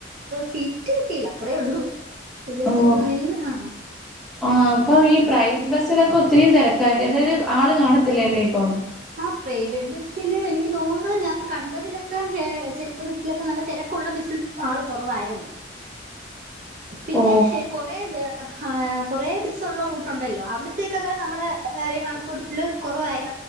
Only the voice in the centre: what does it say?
ഓഹ്
ആ അപ്പം ഈ പ്രൈവ ബസിലൊക്കെ ഒത്തിരിയും തിരക്കാ അതായത് ആള് കാണത്തില്ലല്ലേ ഇപ്പം
ഓ